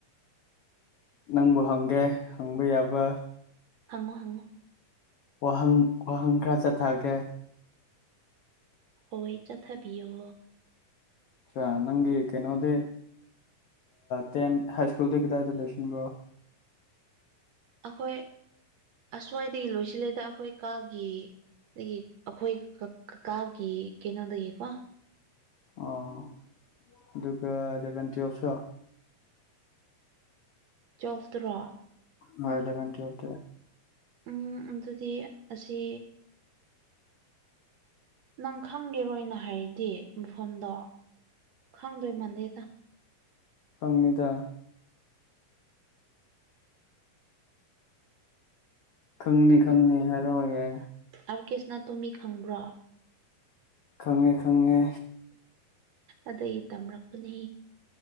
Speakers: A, on the left; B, on the right.
A: ꯅꯪꯕꯨ ꯍꯪꯒꯦ ꯍꯪꯕ ꯌꯥꯕ
B: ꯍꯉꯣ ꯍꯉꯣ
A: ꯋꯥꯍꯪ ꯋꯥꯍꯪ ꯈꯔ ꯆꯠꯊꯒꯦ
B: ꯍꯣꯏ ꯆꯠꯊꯕꯤꯌꯣ
A: ꯑꯆꯥ ꯅꯪꯒꯤ ꯀꯩꯅꯣꯗꯦ ꯇꯦꯟ ꯍꯥꯏ ꯁ꯭ꯀꯨꯜꯗꯨ ꯀꯗꯥꯏꯗ ꯂꯩꯁꯤꯟꯕꯣ
B: ꯑꯩꯈꯣꯏ ꯑꯁ꯭ꯋꯥꯏꯗꯒꯤ ꯂꯣꯏꯁꯤꯜꯂꯦꯗ ꯑꯩꯈꯣꯏ ꯀꯥꯒꯤ ꯑ ꯑꯩꯈꯣꯏ ꯀꯀꯥꯒꯤ ꯀꯩꯅꯣꯗꯒꯤꯀꯣ
A: ꯑꯣ ꯑꯗꯨꯒꯒ ꯏꯚꯦꯟ ꯇꯨꯁꯨ
B: ꯆꯣꯇ꯭ꯔꯥ
A: ꯍ ꯏꯂ ꯀꯇꯤ ꯋꯥꯇ
B: ꯎꯝ ꯑꯗꯨꯗꯤ ꯑꯁꯤ ꯅꯪ ꯈꯪꯒꯦꯔꯣꯅ ꯍꯥꯏꯗꯤ ꯃꯐꯝꯗꯣ ꯈꯪꯗꯣꯏ ꯃꯥꯟꯂꯦꯗ
A: ꯐꯪꯅꯤꯗ ꯈꯪꯅꯤ ꯈꯪꯅꯤ ꯍꯥꯏꯔꯑꯣꯒꯦ
B: ꯑꯥꯔꯀꯦꯁꯅ ꯇꯨꯃꯤ ꯈꯪꯕ꯭ꯔꯣ
A: ꯈꯪꯉꯦ ꯈꯪꯉꯦ
B: ꯑꯗꯩ ꯇꯝꯔꯛꯄꯅꯦ